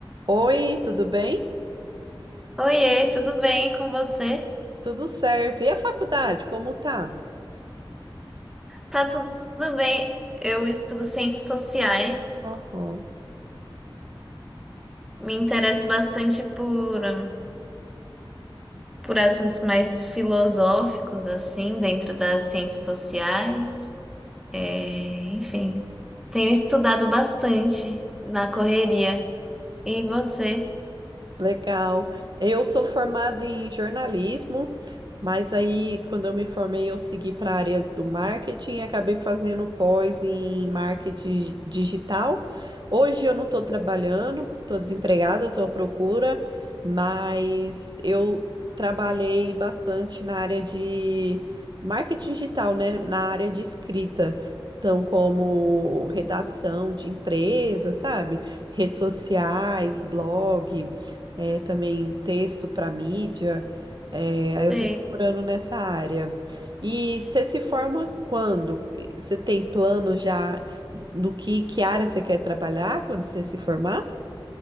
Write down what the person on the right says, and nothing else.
Oi, tudo bem?
Tudo certo. E a faculdade, como tá?
Aham.
Legal. Eu sou formada em jornalismo, mas aí quando eu me formei eu segui para a área do marketing e acabei fazendo pós em marketing digital. Hoje eu não estou trabalhando, estou desempregada, estou à procura, mas eu trabalhei bastante na área de marketing digital, né? Na área de escrita. Então, como redação de empresa, sabe? Redes sociais, blog é, também texto para mídia. É, aí eu
estou procurando nessa área. E você se forma quando? Você tem plano já do que, que área você quer trabalhar quando você se formar?